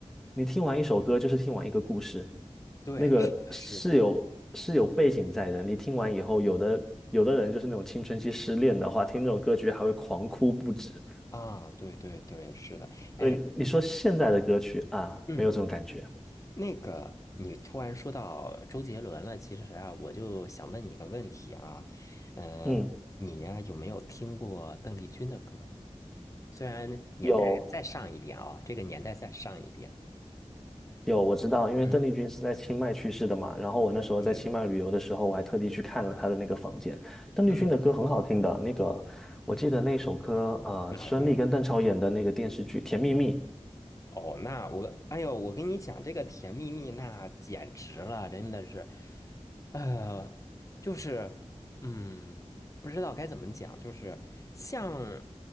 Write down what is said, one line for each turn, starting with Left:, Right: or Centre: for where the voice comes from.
Centre: 你听完一首歌就是听完一个故事，
Left: 对，
Centre: 那个是有是有背景在的。
Left: 是的，是的，
Centre: 你听完以后，有的有的人就是那种青春期失恋的话，听这种歌曲还会狂哭不止。
Left: 啊，对对对，是的，哎，
Centre: 对，你说现在的歌曲啊，
Left: 嗯。
Centre: 没有这种感觉。
Left: 那个，你突然说到周杰伦了，其实啊，我就想问你个问题啊，呃，
Centre: 嗯，
Left: 你呀、有没有听过邓丽君的歌？虽然年代再上一点啊，
Centre: 有
Left: 这个年代再上一点。
Centre: 有，我知道，因为邓丽君是在清迈去世的嘛。
Left: 嗯，
Centre: 然后我那时候在清迈旅游的时候，
Left: 对，
Centre: 我还特地去看了她的那个房间。邓丽君的歌很好听的，
Left: 嗯，
Centre: 那个我记得那首歌，啊，
Left: 哪个呀？
Centre: 孙俪跟邓超演的那个电视剧《甜蜜蜜》，
Left: 哦，那我，哎呦，我跟你讲，这个甜蜜蜜那简直了，真的是，呃，就是，嗯，不知道该怎么讲，就是像